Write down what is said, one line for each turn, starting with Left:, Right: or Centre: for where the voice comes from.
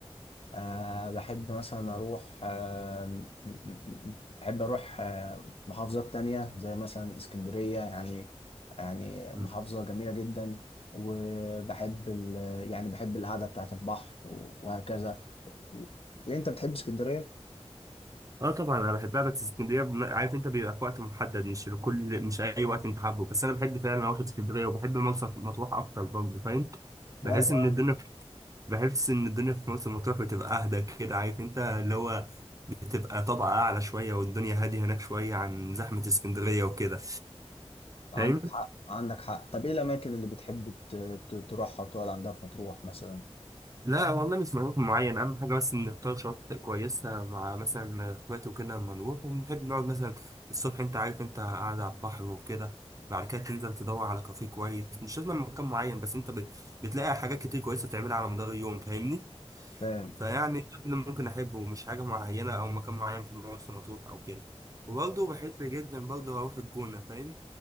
Left: أه بحب مثلا أروح آه، م- م- م- بحب أروح آه، محافظات تانية زي مثلا اسكندرية يعني يعني
Right: مم.
Left: محافظة جميلة جدا وبحب ال يعني بحب القعدة بتاعة البحر وهكذا و- وأنت بتحب اسكندرية؟
Right: اه طبعا انا بحبها بس اسكندريه بم- عارف انت بيبقى في وقت محدد مش لكل مش اي وقت انت حابه بس انا بحب فعلا اروح اسكندريه وبحب مرسى مطروح اكتر برضه فاهم
Left: وأنا
Right: بحس
Left: كمان
Right: ان الدنيا بحس ان الدنيا في مرسى مطروح بتبقى اهدى كده عارف انت اللي هو بتبقى طبقة أعلى شوية والدنيا هادية هناك شوية عن زحمة اسكندرية وكده
Left: عندك
Right: فاهم؟
Left: حق عندك حق طب إيه الأماكن اللي بتحب ت- ت- تروحها وتقعد عندها في مطروح مثلا؟
Right: لا والله مش مكان معين أهم حاجة بس إن نختار شواطئ كويسة مع مثلا إخواتي وكده لما نروح ونحب نقعد مثلا الصبح أنت عارف أنت قاعد على البحر وكده بعد كده تنزل تدور على كافيه كويس مش لازم مكان معين بس أنت بت- بتلاقي حاجات كتير كويسة تعملها على مدار اليوم فاهمني؟
Left: فاهم
Right: فيعني ده اللي ممكن أحبه مش حاجة معينة أو مكان معين في مرسى مطروح أو كده وبرضه بحب جدا برضه أروح الجونة فاهم